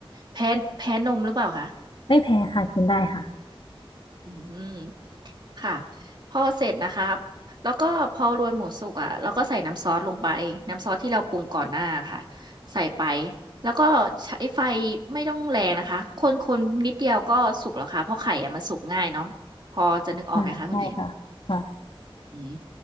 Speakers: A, on the right (about 50°); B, on the left (about 65°).
A: แพ้แพ้นมหรือเปล่าคะ
B: ไม่แพ้ค่ะกินได้ค่ะ
A: อืมค่ะพอเสร็จนะคะแล้วก็พอรวนหมูสุกอ่ะเราก็ใส่น้ำซอสลงไปน้ำซอสที่เราปรุงก่อนหน้าค่ะใส่ไปแล้วก็ใช้ไฟไม่ต้องแรงนะคะคนคนนิดเดียวก็สุกแล้วค่ะเพราะไข่อ่ะมันสุกง่ายเนาะพอจะนึกออกไหมคะคุณหญิง
B: อ่าใช่ค่ะค่ะ
A: อืม